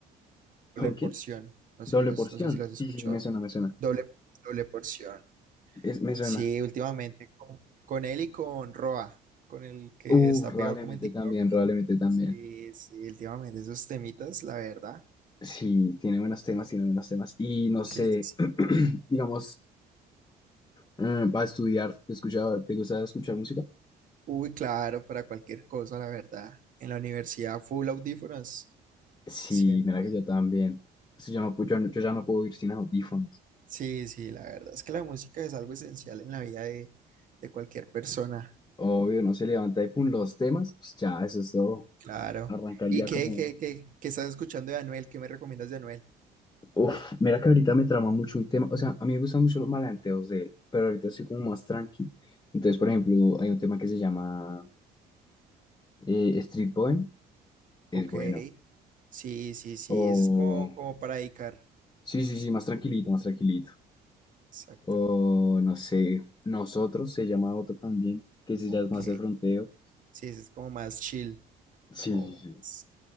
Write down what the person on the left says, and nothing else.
¿Con quién?
Doble
porción.
Sí,
sí, Me suena, me suena.
es- me suena.
Uf,
probablemente
también, probablemente también.
Sí, tiene buenos temas, tiene buenos temas. Y no
sé,
<clears throat> digamos, mm, para estudiar, ¿te escucha, te gusta escuchar música?
Sí,
mira que yo también. Es yo no, pu- yo, no- yo ya no puedo ir sin audífonos.
Obvio, no se levanta y pum, los temas, pues ya, eso es todo.
Arrancar
ya
como
es.
Uf, mira que ahorita me trama mucho un tema. O sea, a mí me gustan mucho los malanteos de él, pero ahorita estoy como más tranqui. Entonces, por ejemplo, hay un tema que se llama eh, Street Poem. Es
bueno.
O...
Sí, sí, sí, más tranquilito, más tranquilito.
O no sé, nosotros se llama otro también, que se
llama más de fronteo.
Sí,
sí, sí.